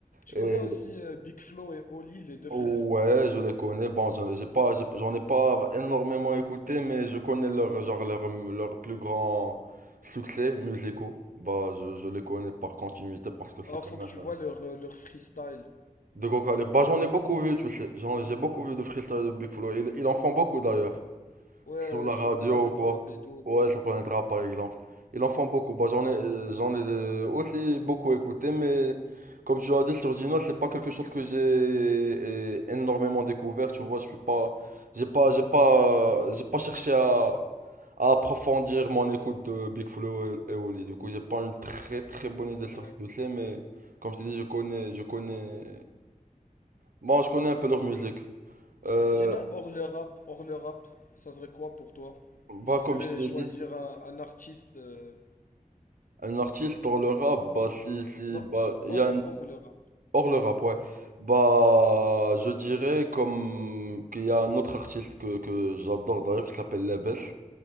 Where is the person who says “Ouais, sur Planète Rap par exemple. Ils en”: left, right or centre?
Right